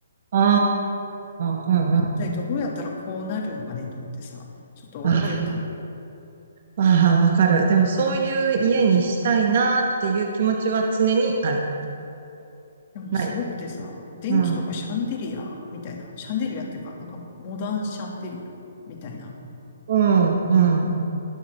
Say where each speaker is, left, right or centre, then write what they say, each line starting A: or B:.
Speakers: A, on the right; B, on the left.
A: ああ、ああ、うん、
B: いや、一体どうやったらこうなるのかねと思ってさ、
A: うん。あ
B: ちょっと驚いたんだけ
A: あ、ああわかる。でもそういう家にしたいなっていう気持ちは常にある。
B: ど、でもすごくてさ、
A: ない。
B: 電気とかシャンデリアみたいな、
A: うん、
B: シャンデリアっていうか、なんかもうモダンシャンデリアみたいな、
A: うん、うん、